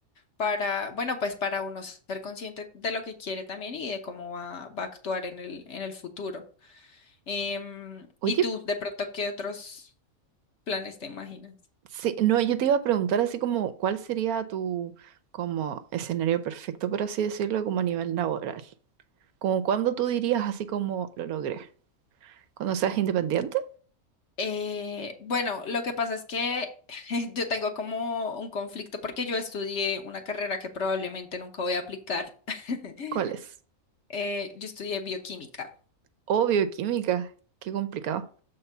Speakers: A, on the left; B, on the right.
A: para, bueno, pues para uno ser consciente de lo que quiere también y de cómo va, va a actuar en el, en el futuro. Em,
B: Oye,
A: ¿y tú, de pronto, qué otros planes te imaginas?
B: sí, no, yo te iba a preguntar así como, ¿cuál sería tu como escenario perfecto, por así decirlo, como a nivel laboral? Como cuando tú dirías así como lo logré. Cuando seas independiente,
A: Eh, bueno, lo que pasa es que <laughs> yo tengo como un conflicto porque yo estudié una carrera que probablemente nunca voy a aplicar. <laughs>
B: ¿cuál es?
A: Eh, yo estudié bioquímica.
B: Oh, bioquímica. Qué complicado.